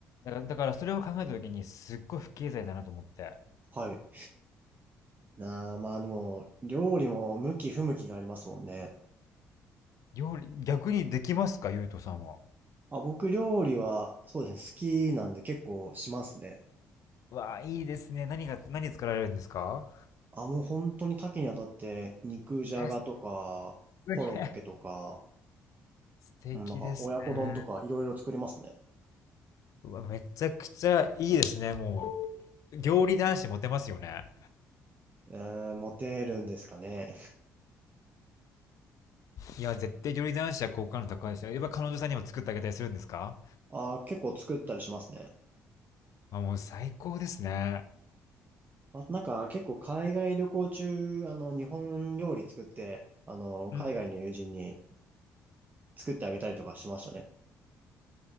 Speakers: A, on the left (about 65°); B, on the right (about 30°).
A: だから、だからそれを考えた時にすっごい不経済だなと思って。
B: はい。なあ、まあでも、料理も向き不向きがありますもんね。
A: 料理、逆にできますか、ゆうとさんは。
B: あ、僕料理は、そうですね、好きなんで結構しますね。
A: わあ、いいですね。何が、何作られるんですか
B: あ、もう本当に多岐にわたって、肉じゃがとか、
A: え、すげえ。
B: コロッケとか、
A: 素敵ですね。
B: うんなんか親子丼とかいろいろ作りますね。
A: うわ、めちゃくちゃいいですね。もう、料理男子モテますよね。
B: えー、モテるんですかね。
A: いや、絶対料理男子は好感度高いですよ。やっぱ彼女さんにも作ってあげたりするんですか
B: あ、結構作ったりしますね。
A: まあ、もう最高ですね。
B: あ、なんか結構海外旅行中、あの、日本料理作って、あの、海外の友人に
A: うん。
B: 作ってあげたりとかしましたね。